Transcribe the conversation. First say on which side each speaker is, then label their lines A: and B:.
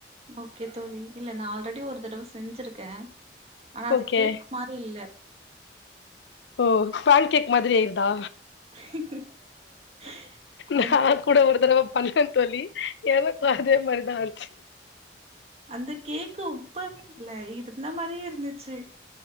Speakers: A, on the right (about 35°); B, on the left (about 75°).
A: ஓகே தோழி இல்ல நான் ஆல்ரெடி ஒரு தடவை செஞ்சிருக்கேன் ஆனா
B: ஓகே
A: அது கேக் மாரி இல்ல
B: ஓ பேன் கேக் மாதிரி ஆய்ருதா
A: <unintelligible>
B: நான்
A: அது
B: கூட ஒரு தடவ பண்ணேன் தோழி எனக்கும் அதே மாரிதான் ஆ
A: அந்த கேக்கு உப்பவே இல்ல இருந்த மாதிரியே இருந்துச்சு